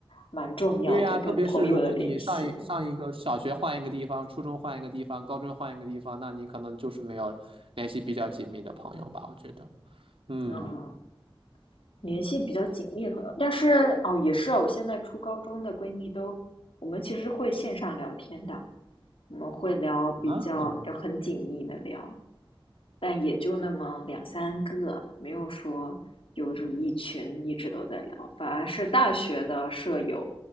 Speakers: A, on the left; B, on the right.
A: 蛮重要的，
B: 对呀，
A: 跟朋友的联系，
B: 特别是如果你上一上一个小学换一个地方，初中换一个地方，高中换一个地方，那你可能就是没有联系比较紧密的朋友吧，我觉得。嗯，
A: 嗯，联系比较紧密的朋友。但是哦，也是啊，我现在初高中的闺蜜都，我们其实会线上聊天的，我们会聊比较就很紧密的聊。
B: 啊，
A: 但也就那么两三个，没有说有就一群一直都在聊，反而是大学的舍友